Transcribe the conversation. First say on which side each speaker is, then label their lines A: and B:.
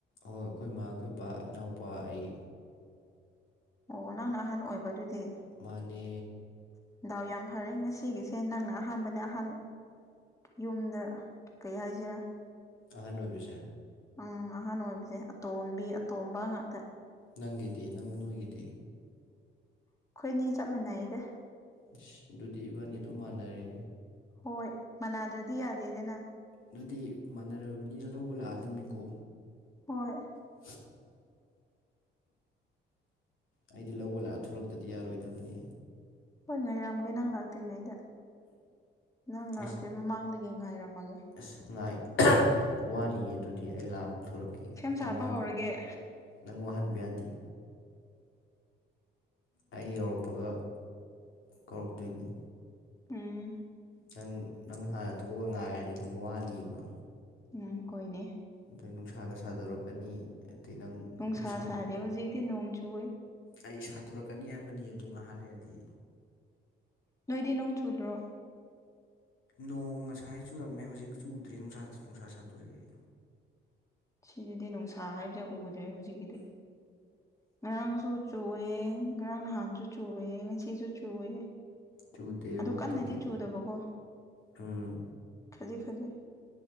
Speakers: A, on the left; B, on the left.
A: ꯑꯍꯣꯏ ꯑꯩꯈꯣꯏ ꯏꯃꯥ ꯑꯩꯈꯣꯏꯕꯕꯥ ꯏꯅꯥꯎꯄꯥ ꯑꯩ
B: ꯑꯣ ꯅꯪꯅ ꯑꯍꯟ ꯑꯣꯏꯕꯗꯨꯗꯤ
A: ꯃꯥꯅꯦ
B: ꯗꯥꯎ ꯌꯥꯝ ꯐꯔꯦ ꯉꯁꯤꯒꯤꯁꯦ ꯅꯪꯅ ꯑꯍꯥꯟꯕꯅꯦ ꯑꯍꯥꯟ ꯌꯨꯝꯗ ꯀꯩ ꯍꯥꯏꯁꯤꯔꯥ
A: ꯑꯍꯟ ꯑꯣꯏꯕꯁꯦ
B: ꯎꯝ ꯑꯍꯥꯟ ꯑꯣꯏꯕꯁꯦ ꯑꯇꯣꯝꯕꯤ ꯑꯇꯣꯝꯕ ꯉꯥꯛꯇ
A: ꯅꯪꯒꯤꯗꯤ ꯅꯪ ꯅꯣꯏꯒꯤꯗꯤ
B: ꯑꯩꯈꯣꯏꯅꯤ ꯆꯞ ꯃꯥꯟꯅꯩꯗ
A: ꯑꯁ ꯑꯗꯨꯗꯤ ꯏꯕꯥꯅꯤ ꯑꯗꯨꯝ ꯃꯥꯟꯅꯔꯦ
B: ꯍꯣꯏ ꯃꯅꯥꯗ꯭ꯔꯗꯤ ꯌꯥꯗꯦꯗꯅ
A: ꯑꯗꯨꯗꯤ ꯃꯥꯟꯅꯔꯕꯅꯤꯅ ꯂꯧꯕ ꯂꯥꯛꯑꯗꯝꯅꯤꯀꯣ
B: ꯍꯣꯏ
A: <inaudible> ꯑꯩꯗꯤ ꯂꯧꯕ ꯂꯥꯛꯑ ꯊꯣꯛꯂꯛꯇꯗꯤ ꯌꯥꯔꯣꯏꯗꯕꯅꯦ
B: ꯍꯣꯏ ꯉꯥꯏꯔꯝꯒꯦ ꯅꯪ ꯂꯥꯛꯇ꯭ꯔꯤꯉꯩꯗ ꯅꯪ ꯂꯥꯛꯇ꯭ꯔꯦ
A: ꯑꯦꯁ
B: ꯃꯃꯥꯡꯗꯒꯤ ꯉꯥꯏꯔꯝꯃꯒꯦ
A: ꯑꯁ ꯉꯥꯏ ꯋꯥꯅꯤꯑꯦ ꯑꯗꯨꯗꯤ ꯑꯩ ꯂꯥꯛꯑ ꯀꯧꯊꯣꯔꯛꯀꯦ
B: ꯁꯦꯝ ꯁꯥꯕ
A: ꯅꯪ ꯋꯥꯅꯤ
B: ꯍꯧꯔꯒꯦ
A: ꯅꯪ ꯋꯥꯍꯟꯕ ꯌꯥꯗꯦ ꯑꯩ ꯌꯧꯔꯛꯄꯒ ꯀꯧꯔꯛꯇꯣꯏꯅꯤ
B: ꯎꯝ
A: ꯅꯪ ꯅꯪ ꯍꯥꯟꯅ ꯊꯣꯛꯑꯒ ꯉꯥꯏꯔꯗꯤ ꯅꯪ ꯋꯥꯅꯤꯕ
B: ꯎꯝ ꯍꯣꯏꯅꯦ
A: ꯑꯗ ꯅꯨꯡꯁꯥꯒ ꯁꯥꯗꯣꯔꯛꯀꯅꯤ ꯑꯗꯩ ꯅꯪ
B: ꯅꯨꯡꯁꯥ
A: ꯃꯨꯁꯟ
B: ꯁꯥꯗꯦ ꯍꯧꯖꯤꯛꯇꯤ ꯅꯣꯡ ꯆꯨ
A: ꯑꯩ ꯁꯥꯗꯣꯔꯛꯀꯅꯤ ꯍꯥꯏꯕꯅꯤ ꯑꯗꯨ ꯉꯍꯥꯛ ꯂꯩꯔꯗꯤ
B: ꯅꯣꯏꯗꯤ ꯅꯣꯡ ꯆꯨꯗ꯭ꯔꯣ
A: ꯅꯣꯡ ꯉꯁꯥꯏ ꯆꯨꯔꯝꯃꯦ ꯍꯧꯖꯤꯛ ꯆꯨꯗꯔꯦ ꯅꯨꯡꯁꯥ ꯅꯨꯡꯁꯥ ꯁꯥꯠꯇꯣꯔꯛꯌꯦ
B: ꯁꯤꯗꯗꯤ ꯅꯨꯡꯁꯥ ꯍꯥꯏꯕꯁꯦ ꯎꯗ꯭ꯔꯦ ꯍꯧꯖꯤꯛꯀꯤꯗꯤ ꯉꯔꯥꯡꯁꯨ ꯆꯨꯑꯦ ꯉꯔꯥꯡ ꯅꯍꯥꯟꯁꯨ ꯆꯨꯋꯦ ꯉ ꯀꯤꯁꯨ ꯆꯨꯋꯦ
A: ꯆꯨꯗꯦ ꯑꯩꯈꯣꯏꯗꯗꯤ
B: ꯑꯗꯨ ꯀꯟꯅꯗꯤ ꯆꯨꯗꯕꯀꯣ
A: ꯎꯝ
B: ꯈꯖꯤꯛ ꯈꯖꯤꯛ